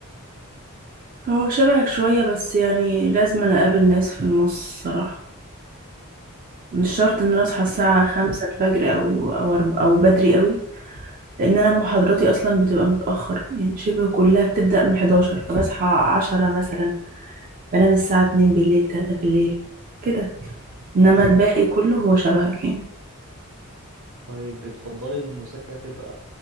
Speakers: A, on the right; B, on the right.
A: هو شبهك شوية بس يعني لازم أنا أقابل ناس في النص صراحة مش شرط إن أنا أصحى الساعة خمسة الفجر أو أو أرب- أو بدري أوي لان انا محاضراتي اصلا بتبقى متاخر يعني شبه كلها بتبدا من 11 فبصحى 10 مثلا بنام الساعه 2 بالليل 3 بالليل كده انما الباقي كله هو شبهك يعني
B: طيب بتفضلي المذاكرة تبقى